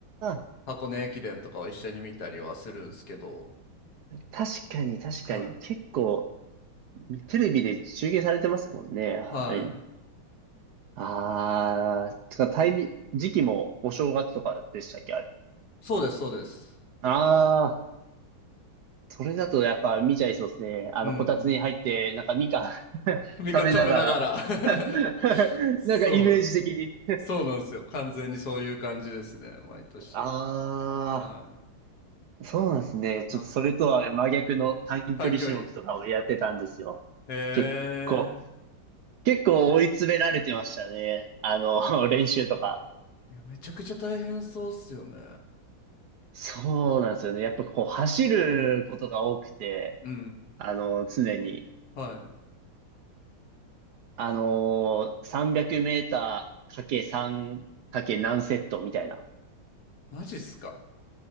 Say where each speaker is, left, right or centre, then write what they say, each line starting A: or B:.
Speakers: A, on the right; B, on the left.
A: ー、
B: 箱根駅伝とかを一緒に見たりはするんですけど。
A: 確かに確かに。
B: はい。
A: 結構、テレビで中継されてますもんね。はい。
B: はい。
A: あー、つかタイミ、時期もお正月とかでしたっけあれ。
B: そうです、そうです。
A: あそれだとやっぱ見ちゃいそうですね。あの、
B: うん。
A: こたつに入って、なんかみかん <laughs>
B: 味方食べながら
A: 食べながら <laughs>
B: <laughs> そう、
A: なんかイメージ的に
B: そうなんですよ。完全にそういう感じですね、毎年。
A: あ
B: はい。
A: あ、そうなんですね。ちょっとそれとは真逆の短距離種目とかをやってたんですよ。
B: はい。短距離。へえ。
A: 結構、結構追い詰められてましたね。あの、<laughs> 練習とか。
B: いや、めちゃくちゃ大変そうっすよね。
A: そうなんですよね。やっぱこう走ることが多くて、
B: うん。
A: あの、常に。
B: はい。
A: あのー、300メーターかけ3かけ何セットみたいな
B: マジっすか